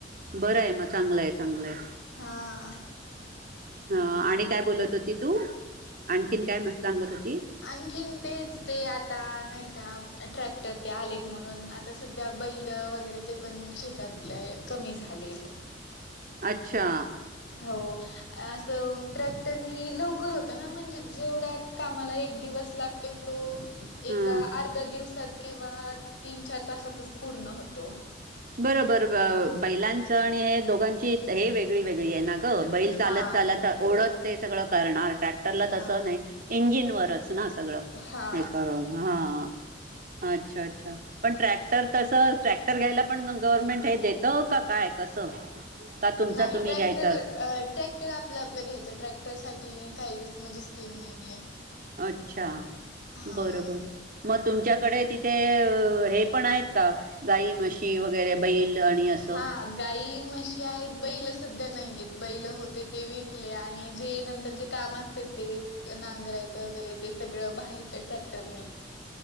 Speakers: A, on the right; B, on the left.
A: बरं आहे मग चांगलं आहे चांगलं आहे.
B: हा...
A: ह आणि काय बोलत होती. तू आणखीन काय सांगत होती.
B: आणखीन तेच ते आता नाही का.. ट्रॅक्टर ते आलेत म्हणून आता सध्या बैल वगैरे ते पण शेतातले कमी झाले.. आठ..
A: अच्छा
B: हो असं ट्रॅक्टरनी लवकर होत ना म्हणजे जेवढा कामाला... दिवस लागतोय तो
A: ह
B: एक अर्ध्या दिवसात... किंवा तीन चार तासातच पूर्ण होतो..
A: बरोबर बैलांच आणि हे दोघांची हे वेगळी वेगळी आहे. ना... बैल चालत
B: हा
A: चालत ओढत ते सगळ करणार ट्रॅक्टरला
B: हा.
A: तस नाही इंजिनवरच ना.. ह सगळं
B: हा
A: हे कर हा.... अच्छा अच्छा पण ट्रॅक्टर तस टॅ... तर घ्यायला पण गव्हर्नमेंट हे देतो का काय कसं.. का तुमचा
B: नाही
A: तुम्ही
B: ट्रॅक्टर
A: घ्यायचा असतो
B: ट्रॅक्टर आपलं आपलं घ्यायचं ट्रॅक्टर सा काही म्हणजे... केम नाहीये...
A: अच्छा
B: हा.
A: बरोबर मग तुमच्याकडे तिथे हे पण आहेत.. का गाई म्हशी वगैरे बैल आणि असं...
B: हा गाई म्हशी आहेत बैल सध्या नाहीेत बैल होते ते विकले आणि जे नंतर जे काम असते. ते एक नांगरायचं वगैरे ते सगळं बाहेरच ट्रॅक्टरनेच..